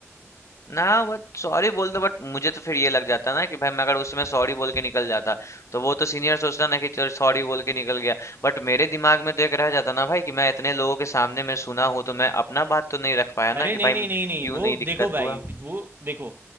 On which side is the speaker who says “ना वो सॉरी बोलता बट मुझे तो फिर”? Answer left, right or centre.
Left